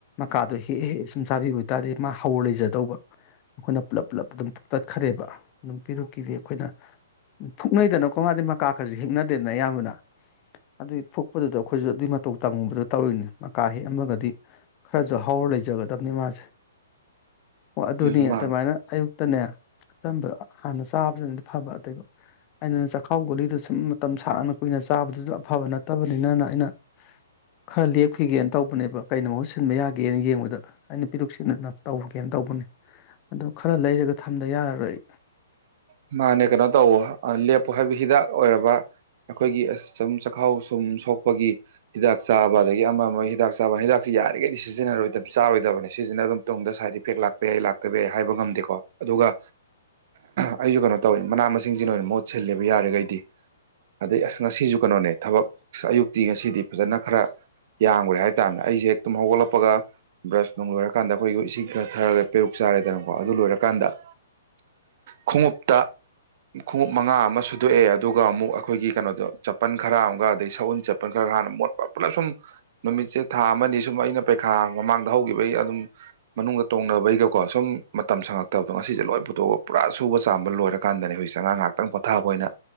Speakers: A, on the left (about 30°); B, on the right (about 45°).
A: ꯀꯥꯗꯣ ꯍꯦ ꯍꯦ ꯁꯨꯝ ꯆꯥꯕꯤꯕ ꯑꯣꯏꯇꯥꯔꯗꯤ ꯃꯥ ꯍꯧꯔ ꯂꯩꯖꯗꯧꯕ ꯑꯩꯈꯣꯏꯅ ꯄꯨꯂꯞ ꯄꯨꯂꯞ ꯑꯗꯨꯝ ꯐꯛꯇꯠꯈ꯭ꯔꯦꯕ ꯑꯗꯨꯝ ꯄꯤꯔꯨ ꯄꯤꯔ ꯑꯩꯈꯣꯏꯅ ꯐꯨꯛꯅꯩꯗꯅꯀꯣ ꯃꯥꯗꯩ ꯃꯀꯥ ꯈꯁꯨ ꯍꯤꯡꯅꯗꯦꯗꯅ ꯑꯌꯥꯝꯕꯅ ꯑꯗꯨꯏ ꯐꯨꯛꯄꯗꯨꯗ ꯑꯩꯈꯣꯏꯁꯨ ꯑꯗꯨꯏ ꯃꯇꯧ ꯇꯝꯃꯨꯕꯗ ꯇꯧꯔꯤꯅꯤ ꯃꯀꯥ ꯍꯦꯛꯑꯝꯃꯒꯗꯤ ꯈꯔꯁꯨ ꯍꯥꯎꯔ ꯂꯩꯖꯒꯗꯕꯅꯤ ꯃꯥꯁꯦ ꯑꯣ ꯑꯗꯨꯅꯤ
B: ꯎꯝ ꯃꯥꯅꯦ
A: ꯑꯗꯨꯃꯥꯏꯅ ꯑꯌꯨꯛꯇꯅꯦ ꯑꯆꯝꯕ ꯍꯥꯟꯅ ꯆꯥꯕꯁꯤꯅꯗꯤ ꯐꯕ ꯑꯗꯨꯩ ꯑꯩꯅ ꯆꯥꯛꯈꯥꯎ ꯒꯨꯂꯤꯗꯨ ꯁꯨꯝ ꯃꯇꯝ ꯁꯥꯡꯅ ꯀꯨꯏꯅ ꯆꯥꯕꯗꯨꯁꯨ ꯑꯐꯕ ꯅꯠꯇꯕꯅꯤꯅꯅ ꯑꯩꯅ ꯈꯔ ꯂꯦꯛꯈꯤꯒꯦꯅ ꯇꯧꯕꯅꯦꯕ ꯀꯩꯅꯣꯁꯦ ꯁꯤꯟꯕ ꯌꯥꯒꯦꯅ ꯌꯦꯡꯕꯗ ꯑꯩꯅ ꯄꯤꯔꯨꯛ ꯁꯤꯅ ꯇꯧꯒꯦꯅ ꯇꯧꯕꯅꯤ ꯑꯗꯨꯝ ꯈꯔ ꯂꯩꯔꯒ ꯊꯝꯗ ꯌꯥꯔꯔꯣꯏ
B: ꯃꯥꯅꯦ ꯀꯩꯅꯣ ꯇꯧ ꯂꯦꯞꯄꯨ ꯍꯥꯏꯕ ꯍꯤꯗꯥꯛ ꯑꯣꯏꯔꯕ ꯑꯩꯈꯣꯏꯒꯤ ꯑ ꯁꯨꯝ ꯆꯈꯥꯎ ꯁꯨꯝ ꯁꯣꯛꯄꯒꯤ ꯍꯤꯗꯥꯛ ꯆꯥꯕ ꯑꯗꯒꯤ ꯑꯃ ꯑꯃꯒꯤ ꯍꯤꯗꯥꯛ ꯆꯥꯕ ꯍꯤꯗꯥꯛꯁꯤ ꯌꯥꯔꯤꯈꯩꯗꯤ ꯁꯤꯖꯤꯟꯅꯔꯣꯏꯗ ꯆꯥꯔꯣꯏꯗꯕꯅꯤ ꯁꯤꯖꯤꯟꯅ ꯑꯗꯨꯝ ꯇꯨꯡꯗ ꯁꯥꯏꯠ ꯏꯐꯦꯛ ꯂꯥꯛꯄ ꯌꯥꯏ ꯂꯥꯛꯇꯕ ꯌꯥꯏ ꯍꯥꯏꯕ ꯉꯝꯗꯦꯀꯣ ꯑꯗꯨꯒ ꯑꯩꯁꯨ ꯀꯩꯅꯣ ꯇꯧꯋꯦ ꯃꯅꯥ ꯃꯁꯤꯡꯁꯤꯅ ꯑꯣꯏꯅ ꯃꯍꯨꯠ ꯁꯤꯜꯂꯦꯕ ꯌꯥꯔꯈꯩꯗꯤ ꯑꯗꯩ ꯑꯁ ꯉꯁꯤꯁꯨ ꯀꯩꯅꯣꯅꯦ ꯊꯕꯛ ꯑꯌꯨꯛꯇꯤ ꯉꯁꯤꯗꯤ ꯐꯖꯅ ꯈꯔ ꯌꯥꯈ꯭ꯔꯦ ꯍꯥꯏꯇꯥꯔꯗ ꯑꯩꯁꯦ ꯍꯦꯛꯛꯇꯨꯝ ꯍꯧꯒꯠꯂꯛꯄꯒ ꯕ꯭ꯔꯁ ꯅꯨꯡ ꯂꯣꯏꯔꯀꯥꯟꯗ ꯑꯩꯈꯣꯏꯒꯤ ꯏꯁꯤꯡ ꯈꯔ ꯊꯔꯒ ꯄꯦꯔꯨꯛ ꯆꯥꯔꯦꯗꯅꯀꯣ ꯑꯗꯨ ꯂꯣꯏꯔꯀꯥꯟꯗ ꯈꯣꯡꯎꯞꯇ ꯈꯣꯡꯎꯞ ꯃꯉꯥ ꯑꯃ ꯁꯨꯗꯣꯛꯑꯦ ꯑꯗꯨꯒ ꯑꯃꯨꯛ ꯑꯩꯈꯣꯏꯒꯤ ꯀꯩꯅꯣꯗꯣ ꯆꯄꯟ ꯈꯔ ꯑꯃꯒ ꯑꯗꯩ ꯁꯎꯟ ꯆꯠꯄꯟ ꯈꯔꯒ ꯍꯥꯟꯅ ꯃꯣꯠꯄ ꯄꯨꯂꯞ ꯁꯨꯝ ꯅꯨꯃꯤꯠꯁꯦ ꯊꯥ ꯑꯃꯅꯤ ꯁꯨꯝ ꯑꯩꯅ ꯄꯔꯤꯈꯥ ꯃꯃꯥꯡꯗ ꯍꯧꯈꯤꯕ ꯑꯩ ꯑꯗꯨꯝ ꯃꯅꯨꯡꯗ ꯇꯣꯡꯅꯕꯩꯒꯀꯣ ꯁꯨꯝ ꯃꯇꯝ ꯁꯪꯉꯛꯇꯕꯗꯣ ꯉꯁꯤꯁꯦ ꯂꯣꯏ ꯄꯨꯣꯇꯣꯛꯑꯒ ꯄꯨꯔꯥ ꯁꯨꯕ ꯆꯥꯝꯕ ꯂꯣꯏꯔꯀꯥꯟꯗꯅꯦ ꯍꯧꯖꯤꯛꯦ ꯑꯉꯥꯡ ꯉꯍꯥꯛꯇꯪ ꯄꯣꯊꯥꯕ ꯑꯣꯏꯅ